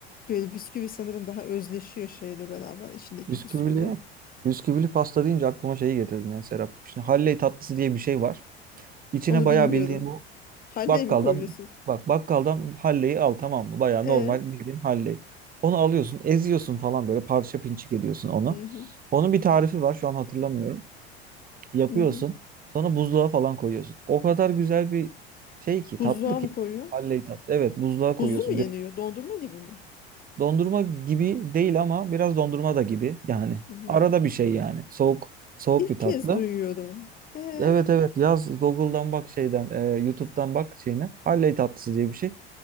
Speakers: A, on the left; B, on the right.
A: Böyle bisküvi sanırım daha özleşiyor şeyle beraber içindeki
B: Bisküvili,
A: bisküvi.
B: bisküvili pasta deyince aklıma şeyi getirdin yani Serap. Şimdi Halley tatlısı diye bir şey var. İçine
A: Onu
B: bayağı
A: bilmiyorum.
B: bildiğin bu
A: Halley
B: bakkaldan
A: mi koyuyorsun?
B: bak bakkaldan Halley'i al tamam mı? Bayağı
A: E,
B: normal bildiğin Halley. Onu alıyorsun, eziyorsun falan böyle parça pinçik ediyorsun onu.
A: hı hı,
B: Onun bir tarifi var şu an hatırlamıyorum. yapıyorsun.
A: hı hı.
B: Sonra buzluğa falan koyuyorsun. O kadar güzel bir şey ki
A: Buzluğa
B: tatlı ki.
A: mı koyuyor?
B: Halley tatlı. Evet buzluğa koyuyorsun.
A: Buzlu mu yeniyor?
B: Bir,
A: Dondurma gibi mi?
B: dondurma gibi değil ama biraz dondurma da gibi yani.
A: Hı hı.
B: Arada bir şey yani. Soğuk soğuk
A: İlk
B: bir tatlı.
A: kez duyuyorum. E,
B: Evet evet yaz Google'dan bak şeyden e, YouTube'dan bak şeyine. Halley tatlısı diye bir şey.